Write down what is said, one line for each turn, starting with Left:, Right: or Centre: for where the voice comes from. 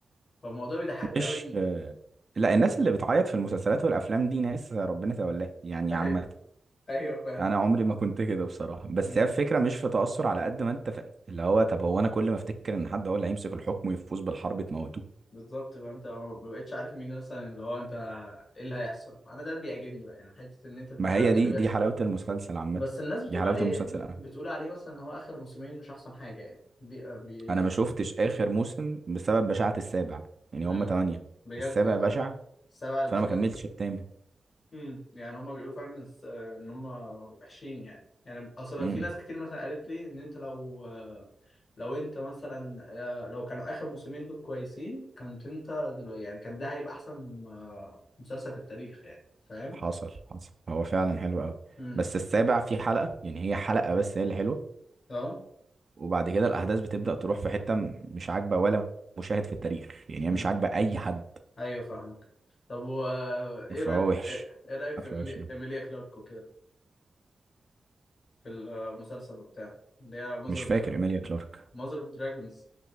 Left: فالموضوع بيضحكني
Right: مش
Left: قوي
Right: آه،
Left: إن-
Right: لا الناس اللي بتعيط في المسلسلات والافلام دي ناس ربنا تولاها يعني
Left: <laughs> ايوه
Right: عامة
Left: ايوه فاهم
Right: انا عمري ما كنت كده بصراحة بس
Left: مم.
Right: هي الفكرة مش في تأثر على قد ما انت ف... اللي هو طب هو انا كل ما افتكر ان حد هو اللي هيمسك الحكم ويفوز بالحرب تموتوه
Left: بالظبط بقى انت ما بقتش عارف مين مثلا اللي هو انت ايه اللي هيحصل انا ده بيعجبني بقى يعني حته ان انت متبقاش
Right: ما هي
Left: عارف ايه
Right: دي
Left: اللي بيحصل
Right: دي حلاوة المسلسل عامة
Left: بس الناس بتقول
Right: دي حلاوة
Left: عليه
Right: المسلسل
Left: ب...
Right: أنا
Left: بتقول عليه مثلا ان هو اخر موسمين مش احسن حاجه يعني دي آه، بي...
Right: أنا ما شفتش آخر موسم بسبب بشاعة السابع يعني
Left: مم.
Right: هما تمانية
Left: بجد
Right: السابع بشع
Left: سبعة للدرجة
Right: فأنا ما كملتش
Left: دي
Right: التامن
Left: امم يعني هما بيقولوا فعلا إنس- ان هما وحشين يعني يعني اصل
Right: امم
Left: في
Right: إمم.
Left: ناس كتير مثلا قالت لي ان انت لو لو انت مثلا آه، لو كانوا اخر موسمين دول كويسين كنت انت دل- يعني كان ده هيبقى احسن آه، مسلسل في التاريخ يعني فاهم
Right: حصل حصل هو فعلا حلو أوي
Left: امم
Right: بس السابع فيه حلقة يعني هي حلقة بس هي اللي حلوة
Left: اه
Right: وبعد كده الأحداث بتبدأ تروح في حتة م- مش عاجبة ولا مشاهد في التاريخ يعني
Left: امم
Right: هي مش عاجبة أي حد
Left: ايوه فاهمك طب و آه، ايه
Right: فهو
Left: رايك
Right: وحش
Left: ايه إيه رايك في
Right: قفلة
Left: إيميلي-
Right: وحشة
Left: ايميليا كلارك وكده في المسلسل وبتاع اللي هي ماذر
Right: مش
Left: اوف
Right: فاكر إيميليا كلارك
Left: ماذر اوف دراجونز